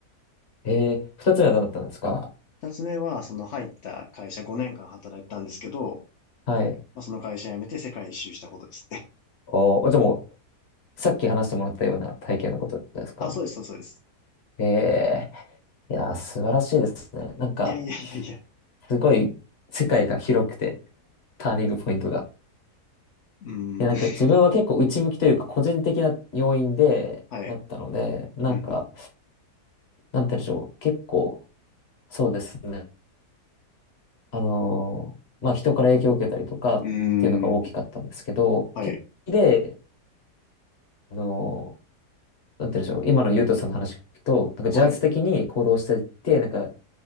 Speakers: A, on the left; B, on the left.
A: ええ、二つ目はどうだったんですか
B: 二つ目は、その入った会社5年間働いてたんですけど、
A: はい。
B: まあ、その会社辞めて世界一周したことですね。
A: おー、じゃあもう、さっき話してもらったような体験のことですか
B: <laughs> あ、そうです、そうですそうです。
A: ええ、いやー、素晴らしいですね。なんか、
B: いやいやいやいや。
A: すごい、世界が広くて、ターニングポイントが。
B: うーん、
A: いや、なんか自分は結構内向きというか、
B: <laughs>
A: 個人的な要因で、
B: はい。
A: なったので、なんか、
B: うん、
A: なんて言うんでしょう。結構、そうですね。あのーまあ、人から影響を受けたりとかっていうのが大きかったんですけど、
B: うん、うーん、はい。
A: 結構で、あのーなんて言うんでしょう。今のゆうとさんの話聞くと、なんか自発的に行動していって、
B: はい。う
A: なんか